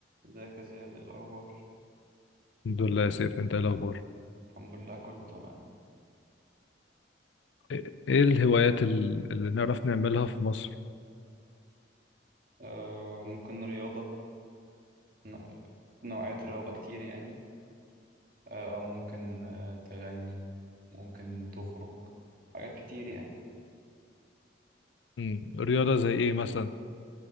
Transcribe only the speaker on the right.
ازيك يا زياد ايه الأخبار؟
الحمد لله كله تمام
آه ممكن رياضة ن- نوعية رياضة كتير يعني آه ممكن آه تغني ممكن تخرج حاجات كتير يعني